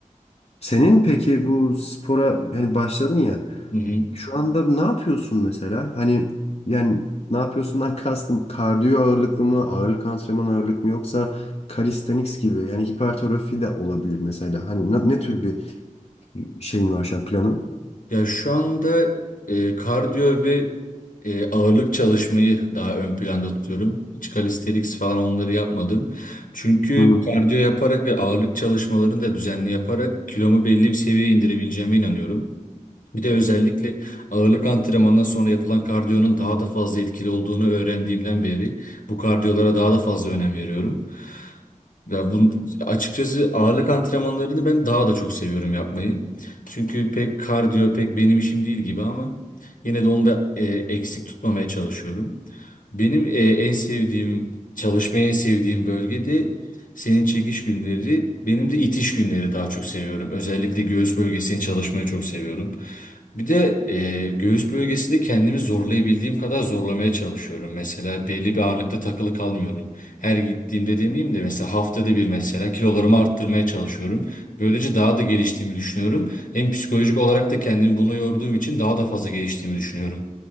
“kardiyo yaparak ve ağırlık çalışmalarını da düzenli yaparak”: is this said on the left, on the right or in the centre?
Left